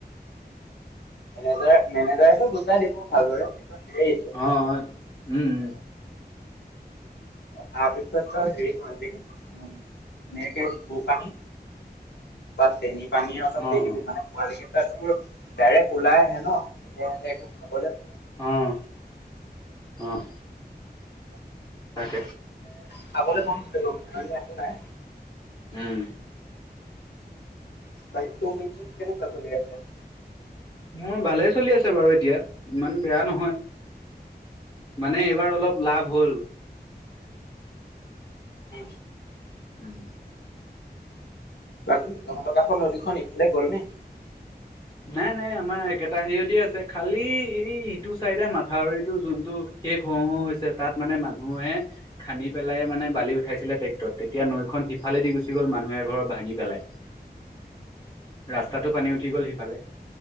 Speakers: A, on the left; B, on the left.
A: মনেজ মনেজাৰ গোটাই দিবো ভালদৰে হেৰি
B: অ উম
A: অ তাৰপিছত হেৰি কৰ আজি এনেকে ভু পানী বাৰে নি পানীয়ে অলপ
B: অ',
A: দি
B: অ',
A: দিবি মানে পোৱালৈকে ডাইৰেক্ট ওলাই আহে ন তেতিয়াহলে এইটো
B: অহ, অহ। তাকে।
A: খাবলৈ মনু ল- মানে একো নাই।
B: হম।
A: বাকী তোৰ পিছে কেনেকুৱা চলি আছে?
B: মোৰ ভালেই চলি আছে বাৰু এতিয়া। ইমান বেয়া নহয় মানে এইবাৰ অলপ লাভ হ'ল।
A: উ
B: উম।
A: ৰাখ তহঁতৰ কাষৰ নদীখন এইফালে গ'লনে?
B: নাই-নাই আমাৰ একেটা হেৰিয়তে আছে। খালি এই ইটো চাইডে মাথাউৰিটো যোনটো শেষ হও হও হৈছে তাত মানে মান মৱে খান্দি পেলাই মানে বালি উঠাইছিলে ট্ৰেক্টৰ তেতিয়া এতিয়া নৈখন সিফালেদি গুচি গ'ল মানুহে ঘৰৰত ভাঙি পেলাই। ৰাস্তাতটো পানী উঠি গ'ল সেই